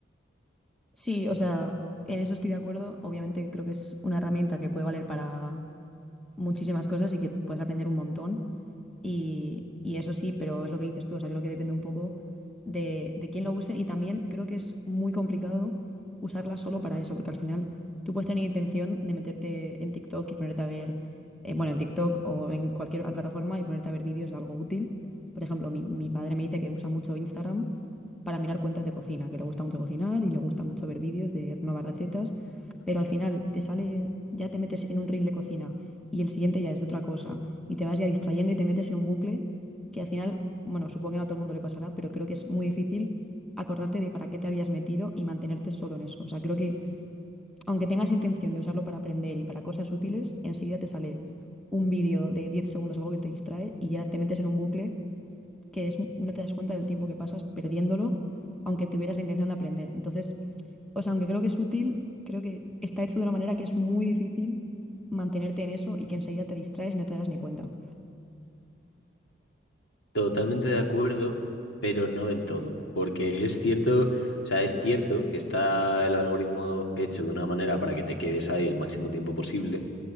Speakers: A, in the centre; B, on the left.
A: Sí, o sea, en eso estoy de acuerdo. Obviamente creo que es una herramienta que puede valer para muchísimas cosas y que puedes aprender un montón. Y, y eso sí, pero es lo que dices tú, o sea, creo que depende un poco de, de quién lo use y también creo que es muy complicado usarla solo para eso, porque al final tú puedes tener intención de meterte en TikTok y ponerte a ver, eh, bueno, en TikTok o en cualquier plataforma y ponerte a ver vídeos de algo útil. Por ejemplo, mi, mi padre me dice que usa mucho Instagram para mirar cuentas de cocina, que le gusta mucho cocinar y le gusta mucho ver vídeos de nuevas recetas, pero al final te sale, ya te metes en un reel de cocina y el siguiente ya es de otra cosa y te vas ya distrayendo y te metes en un bucle que al final, bueno, supongo que no a todo el mundo le pasará, pero creo que es muy difícil acordarte de para qué te habías metido y mantenerte solo en eso. O sea, creo que aunque tengas intención de usarlo para aprender y para cosas útiles, enseguida te sale un vídeo de 10 segundos, algo que te distrae y ya te metes en un bucle que es, no te das cuenta del tiempo que pasas perdiéndolo, aunque tuvieras la intención de aprender. Entonces, o sea, aunque creo que es útil, creo que está hecho de una manera que es muy difícil mantenerte en eso y que enseguida te distraes y no te das ni cuenta.
B: Totalmente de acuerdo, pero no del todo, porque es cierto, o sea, es cierto que está el algoritmo hecho de una manera para que te quedes ahí el máximo tiempo posible